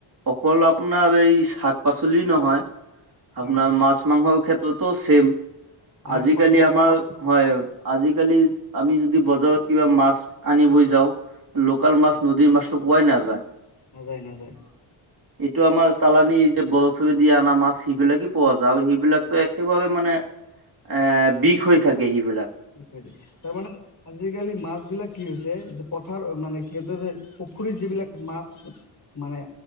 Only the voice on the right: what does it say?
অকল আপোনাৰ এই শাক পাচলি নহয়।
আপোনাৰ মাছ মাংসৰ ক্ষেত্ৰতো ছেম।
আজিকালি
আমাৰ,
হয়। আজিকালি আমি যদি বজাৰত কিবা মাছ আনিব যাও। লোকেল মাছ
নদীৰ মাছতটো পোৱাই নাই।
এইটো আমাৰ চালানি যে বৰফেৰে দিিয় অনা মাছ সেইবিলাকে পোৱা যায় আৰু সেইবিলাক ত একেবাবে মানে আ বিষ হৈ থাকে। সেইবিলাক